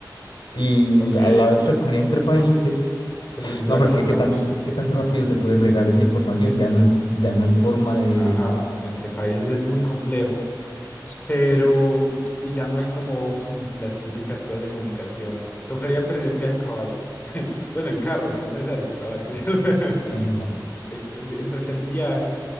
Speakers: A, on the left; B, on the left.
A: Y
B: Ok.
A: al haber cercanía entre países,
B: Como que se empieza
A: no, pero
B: a correr
A: es que qué
B: la
A: tan,
B: voz.
A: qué tan rápido se puede regar esa información. Ya no es, ya no hay forma de
B: Ajá, entre países es muy complejo, pero y ya no hay como <laughs> las típicas cosas de comunicación. Tocaría emprender un viaje a caballo. Bueno, en carro, no es necesario caballos. <laughs>
A: enviarlo.
B: Em- em- Emprender un viaje